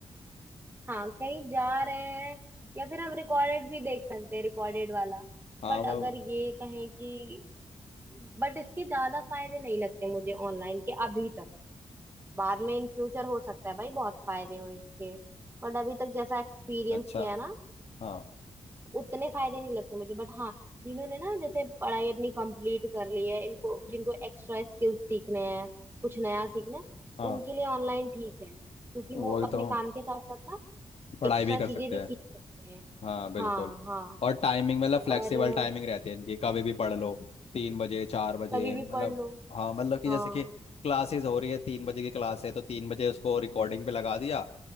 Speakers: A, on the right (about 20°); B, on the left (about 65°).
A: हाँ कहीं जा रहे हैं या फिर हम रिकॉर्डेड भी देख सकते हैं रिकॉर्डेड वाला
B: हाँ
A: बट
B: वो
A: अगर ये कहें कि बट इसके ज्यादा फायदे नहीं लगते मुझे ऑनलाइन के अभी तक बाद में इन फ्यूचर हो सकता है भाई बहुत फायदे हो इसके बट अभी तक जैसा एक्सपीरियंस
B: अच्छा
A: किया है ना
B: हाँ
A: उतने फायदे नहीं लगते मुझे बट हाँ जिन्होंने ना जैसे पढ़ाई अपनी कंप्लीट कर ली है इनको जिनको एक्स्ट्रा स्किल्स सीखने हैं कुछ नया सीखना है
B: हाँ
A: उनके लिए ऑनलाइन ठीक है क्योंकि
B: वही
A: वो अपने
B: तो
A: काम के साथ साथ ना
B: पढ़ाई
A: एक्स्ट्रा
B: भी कर सकते
A: चीजें भी
B: हैं
A: सीख सकते हैं
B: हाँ बिल्कुल
A: हाँ हाँ
B: और टाइमिंग मतलब फ्लेक्सिबल
A: और
B: टाइमिंग
A: अ,
B: रहती है इनकी कभी भी पढ़ लो तीन बजे चार बजे
A: कभी भी
B: मतलब
A: पढ़ लो
B: हाँ मतलब कि
A: हाँ
B: जैसे कि क्लासेस हो रही है तीन बजे की क्लास है तो तीन बजे उसको रिकॉर्डिंग पे लगा दिया